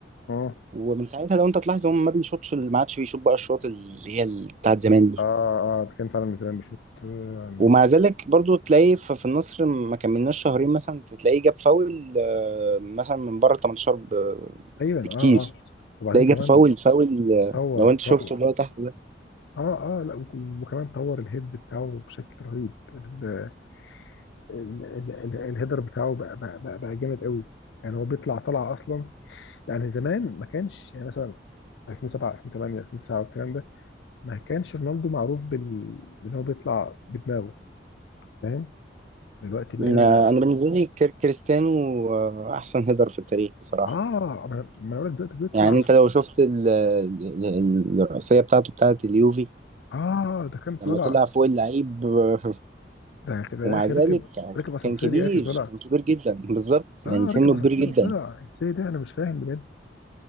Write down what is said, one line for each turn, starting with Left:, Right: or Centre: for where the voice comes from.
Left: اه
Right: ومن ساعتها لو انت تلاحظ هو ما بيشوطش ما عادش بيشوط بقى الشوط اللي هي ال- بتاعت زمان دي
Left: اه آه، ده كان فعلا من زمان بشوط آه،
Right: ومع ذلك برضو تلاقي ف- في النصر ما كملناش شهرين مثلا تلاقيه جاب فاول آه، مثلا من بره 18 ب-
Left: ايوه اه
Right: بكتير
Left: اه وبعدين
Right: تلاقيه
Left: كمان
Right: جاب فاول فاول آه،
Left: طور
Right: لو انت شفته
Left: طور
Right: اللي هو تحت ده
Left: اه اه لا وك- وكمان طور الهيد بتاعه بشكل رهيب ال- ال- ال- ال- الهيدر بتاعه بقى بقى, بقى, بقى جامد قوي يعني هو بيطلع طلع اصلا يعني زمان ما كانش يعني مثلا 2007 2008 2009 والكلام ده ما كانش رونالدو معروف بال بان هو بيطلع بدماغه فاهم دلوقتي بقينا
Right: آه، انا بالنسبه لي كر- كريستيانو آه، احسن هيدر في التاريخ بصراحه
Left: اه ما أنا- ما انا بقول لك دلوقتي بيطلع
Right: يعني انت لو شفت ال- ال- ال- الرأسية بتاعته بتاعت اليوفي
Left: اه ده كان طالع
Right: لما طلع فوق اللعيب آه،
Left: ده كده
Right: ومع
Left: يا اخي
Right: ذلك
Left: ركب ركب اسانسير
Right: كان كبير
Left: يا اخي طالع
Right: كان كبير جدا بالظبط
Left: اه
Right: يعني سنه
Left: ركب اسانسير
Right: كبير جدا
Left: وطلع ازاي ده انا مش فاهم بجد